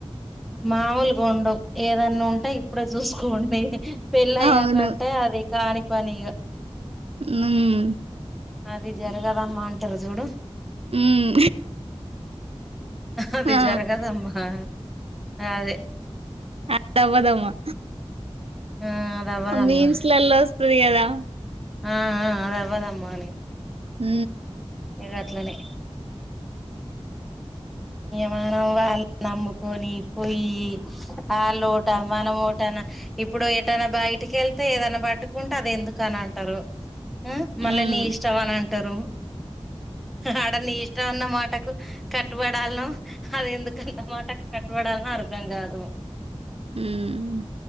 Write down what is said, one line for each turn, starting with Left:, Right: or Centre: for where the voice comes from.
Centre: మామూలుగ ఉండవు ఏదన్నా ఉంటే ఇప్పుడే చూసుకోండి పెళ్ళ అయ్యాకంటే
Right: అవును
Centre: అది కాని పని ఇగా
Right: ఉమ్
Centre: అది జరగదమ్మా అంటారు చూడు
Right: మ్మ్
Centre: అది
Right: ఆ
Centre: జరగదమ్మా అదే
Right: అదివాదమ్మా
Centre: ఆ అది అవ్వదమ్మా
Right: మీన్స్లల్లా వస్తుంది కదా
Centre: ఆ అదవ్వదామ్మా అని
Right: ఉ
Centre: ఇగ అట్లనే మనం వాళ్ళ నమ్ముకొని పోయి వాళ్ళోట మనమోట ఇప్పుడు ఎటైనా బయటికి వెళ్తే ఏదైనా పట్టుకుంటే అది ఎందుకు అని అంటారు ఆ
Right: ఉమ్
Centre: మళ్ళా నీ ఇష్టం అని అంటారు ఆడ నీ ఇష్టం అన్న మాటకు కట్టుబడాలనో అదేందుకంతమాట కట్టుబడాలనో అర్థం కాదు
Right: ఉమ్